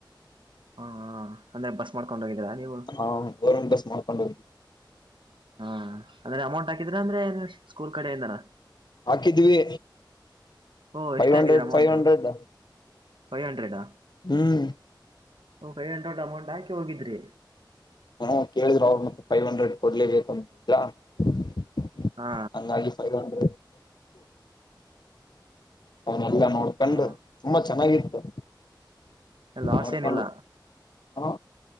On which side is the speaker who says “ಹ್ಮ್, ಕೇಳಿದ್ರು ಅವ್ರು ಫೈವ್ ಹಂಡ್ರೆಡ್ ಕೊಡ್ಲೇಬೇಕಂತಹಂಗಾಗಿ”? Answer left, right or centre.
Left